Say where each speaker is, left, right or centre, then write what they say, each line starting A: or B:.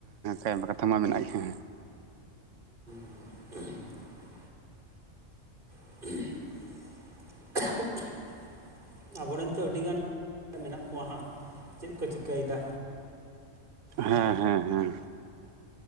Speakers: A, on the right; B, on the right.
A: ᱦᱮᱸ ᱠᱟᱛᱷᱟ ᱢᱟ ᱢᱮᱱᱟᱜ ᱜᱮ ᱦᱩᱸ
B: <unintelligible> <unintelligible> ᱟᱵᱚᱨᱮᱱ ᱛᱚ ᱟᱹᱰᱤ ᱜᱟᱱ ᱢᱮᱱᱟᱜ ᱠᱚᱣᱟ ᱦᱟᱸᱜ ᱪᱮᱫ ᱠᱚ ᱪᱤᱠᱟᱹᱭᱮᱫᱟ?
A: ᱦᱮᱸ
B: ᱵᱟᱝ
A: ᱦᱮᱸ ᱦᱮᱸ